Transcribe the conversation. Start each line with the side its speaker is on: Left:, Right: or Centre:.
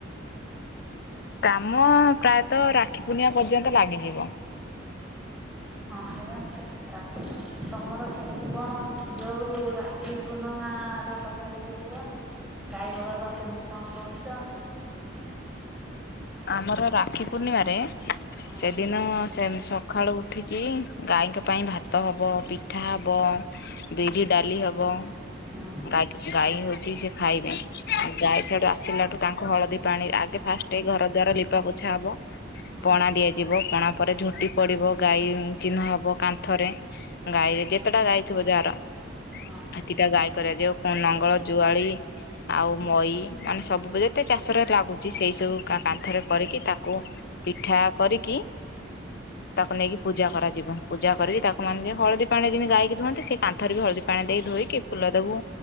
Left: କାମ ପ୍ରାୟତଃ ରାକ୍ଷୀ ପୁର୍ଣିମା ପର୍ଯ୍ୟନ୍ତ ଲାଗିଯିବ।
Centre: ହଁ ପରା ରାକ୍ଷୀ ତମର କେମିତି କଣ ଯୋଉ ରାକ୍ଷୀ ପୂର୍ଣ୍ଣମା ର କଥା ଟିକେ କୁହ ଗାଈ ବଳଦ କେମିତି କଣ କରୁଛ?
Left: ଆମର ରାକ୍ଷୀ ପୂର୍ଣ୍ଣିମାରେ
Centre: ହଁ
Left: ସେଦି ଦିନ ସେ ସକାଳୁ ଉଠିକି ଗାଈଙ୍କ ପାଇଁ ଭାତ ହବ, ପିଠା ହେବ। ବିରି ଡାଲି ହବ
Centre: ହଁ
Left: ଗାଈ ଗାଈ ହଉଛି ସେ ଖାଇବେ। ଆଉ ଗାଈ ସଆଠୁ ଆସିଲାଠୁ ତାଙ୍କୁ ହଳଦୀ ପାଣି ଆଗେ ଫାଷ୍ଟ ଘର ଦ୍ଵାର ଲିପା ପୋଛା ହବ।
Centre: ହଁ
Left: ପଣା ଦିଆଯିବ ପଣା ପରେ ଝୋଟି ପଡିବ, ଗାଈ ଚିହ୍ନ ହବ କାନ୍ଥରେ। ଗାଇ ଯେତେଟା ଗାଇଥିବ ଯାହାର।
Centre: ହଁ।
Left: ହାତିଟା ଗାଈ କରାଯାଉ କଣ ନଙ୍ଗଳ, ଜୁଆଳି ଆଉ ମଈ ମାନେ ସବୁ ଯେତେ ଚାଷରେ ଲାଗୁଛି ସେଇ ସବୁ କା କାନ୍ଥରେ କରିକି ତାକୁ ପିଠା କରିକି ତାକୁ ନେଇକି ପୂଜା କରାଯିବ। ପୂଜା କରିକି ତାକୁ ମାନେ ହଳଦୀ ପାଣି ଯେମି ଗାଇକି ଧୁଅନ୍ତି ସେ କାନ୍ଥରେ ବି ହଳଦୀ ପାଣି ଦେଇି ଧୋଇକି ଫୁଲ ଦବୁ,